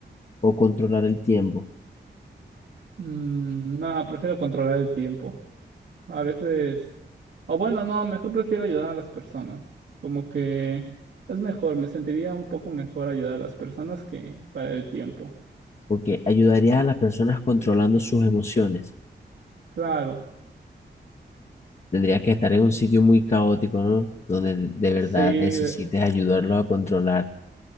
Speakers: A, on the left (about 40°); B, on the right (about 80°).
A: o controlar el tiempo.
B: Mm, no, prefiero controlar el tiempo. A veces. O bueno, no, mejor prefiero ayudar a las personas. Como que es mejor, me sentiría un poco mejor ayudar a las personas que para el tiempo.
A: Porque ayudarías a las personas controlando sus emociones.
B: Claro.
A: Tendrías que estar en un sitio muy caótico, ¿no? Donde de de verdad
B: Sí,
A: necesites ayudarlo a controlar